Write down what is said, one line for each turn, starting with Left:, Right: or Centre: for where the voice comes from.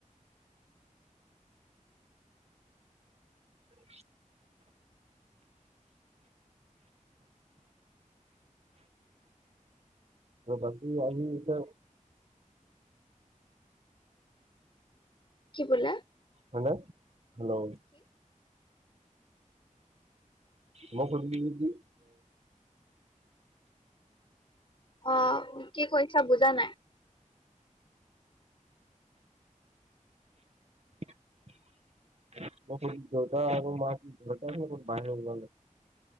Right: <inaudible> ত বাকী আজি এতিয়া
Left: কি বোলা?
Right: হয়নে? হেল্ল' মই সুধিছিলো কি- যে
Left: অঁ কি কৈছা বুজা নাই? <inaudible>
Right: মই সুধিলোঁ দেউতা আৰু মাক, দেউতাহে ক'ত বাহিৰ ওলালে?